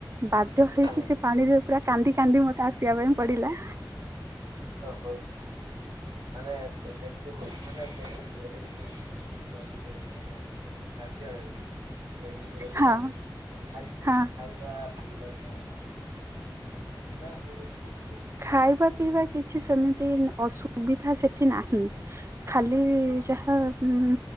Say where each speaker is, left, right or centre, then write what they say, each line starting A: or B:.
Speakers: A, on the right; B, on the right.
A: ବା ଧ୍ୟ ହେଇକି
B: ହଁ
A: ସେ ପାଣିରେ ପୁରା କାନ୍ଦି କାନ୍ଦି ମୋତେ ଆସିବା ପାଇଁ ପଡିଲା।
B: ହଁ ବହୁତ ମାନେ ଗୋଟେ ଜିନିଷ ମାନେ ସେଠି ଅଭିବୃଦ୍ଧି ବୋଧେ ତମେ ହଁ। <inaudible> କାର୍ଯ୍ୟାଳୟ <inaudible> ତ ରଇଥାନ୍ତି
A: ହଁ
B: ଖାଇ
A: ହଁ
B: ଖାଇବା ପିଇବା କଣ <inaudible> ନା ସେଇଠୁ ସବୁ ଠିକ୍ ଅଛି।
A: ଖାଇବା ପିଇବା କିଛି ସେମିତି ନ-ଅସୁବିଧା ସେଠି ନାହିଁ, ଖାଲି
B: ଖାଇ
A: ଏହୋ ଉଁ,